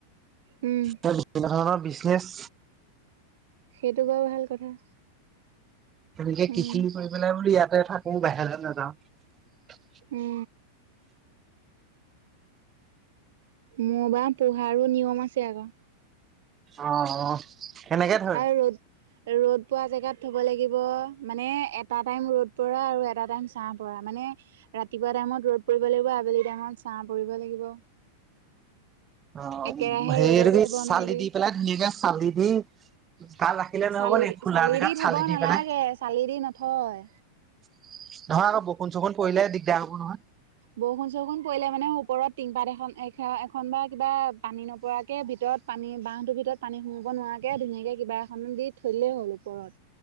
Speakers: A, on the right (about 55°); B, on the right (about 25°).
A: উম
B: বিভিন্ন ধৰণৰ শেষ
A: সেইটো বাৰু ভাল কথা।
B: তেনেকে
A: উম
B: কৃষি কৰি পেলাই বোল ইয়াতে থাকো বাহিৰলৈ নাযাওঁ।
A: অ মোৰ বাৰ পূহাৰো নিয়ম আছে আকৌ
B: অ অ সেনেকে থই
A: আৰু ৰ'দ ৰ'দ পোৱা জেগাত থব লাগিব মানে এটা টাইম ৰ'দ পৰা আৰু এটা টাইম চাহ পৰা মানে ৰাতিপুৱা টাইমত ৰ'দ পৰিব লাগিব আবেলি টাইমত চাহ পৰিব লাগিব।
B: অ
A: একেৰাহে
B: হেৰি
A: ৰ'দতো
B: এইটো কি
A: থব
B: চালি
A: নোৱাৰিবি
B: দি পেলাই ধুনীয়াকে চালি দি ভাল ৰাখিলে নহব
A: চালি
B: নে খোলা জেগাত চালি
A: থব
B: দি
A: নালাগে
B: পেলাই নহয়
A: চালি দি নথয়
B: আকৌ বৰষু চকুণ পৰিসিলে দিগদাৰ হ'ব নহয়।
A: বৰষুণ চৰষুণ পৰিলে মানে ওপৰত টিংপাত এখন এ এখন বা কিবা পানী নপৰাকে ভিতৰত ৰত পানী বাহটোৰ ভিতৰত পানী সোমব নোৱাৰাকে ধুনীয়াকে কিবা এখন দি থৈলেই হ'ল ওপৰত